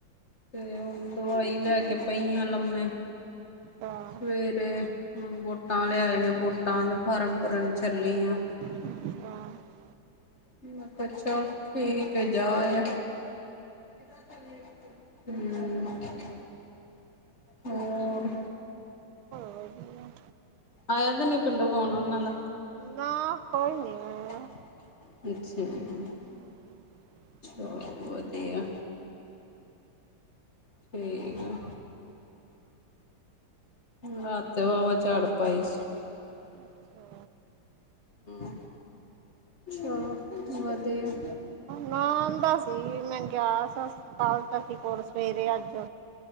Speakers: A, on the left; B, on the right.
A: ਤੇ ਹੁ ਦਵਾਈ ਲੈ ਕੇ ਪਈਆਂ ਲੰਮੇ,
B: ਹਾਂ
A: ਸਵੇਰੇ ਤੇ ਹੁਣ ਵੋਟਾਂ ਆਲੇ ਆਏ ਨੇ, ਵੋਟਾਂ ਦੇ ਫਾਰਮ ਭਰਨ ਚੱਲੀ ਆਂ।
B: <unintelligible>
A: ਮੈਂ ਕਿਹਾ ਚੱਲ ਠੀਕ ਏ, ਜਾ ਆ। ਹਮ। ਹੋਰ।
B: ਵਧੀਆ
A: ਆਇਆ ਤੇ ਨੀ ਪਿੰਡੋ ਫੋਣ ਉਹਨਾਂ ਦਾ?
B: ਨਾ <unintelligible>
A: <unintelligible>
B: <inaudible>
A: ਚਲੋ ਵਧੀਆ, ਠੀਕ ਆ। ਰਾਤ <unintelligible> ਝਾੜ ਪਾਈ ਸੀ।
B: ਅੱਛਾ।
A: ਹਮ, ਚਲੋ ਵਧੀਆ।
B: ਨਾਮ ਦਾ ਸੀ ਮੈ ਗਿਆ ਸੀ <unintelligible> ਕੋਲ ਸਵੇਰੇ ਅੱਜ।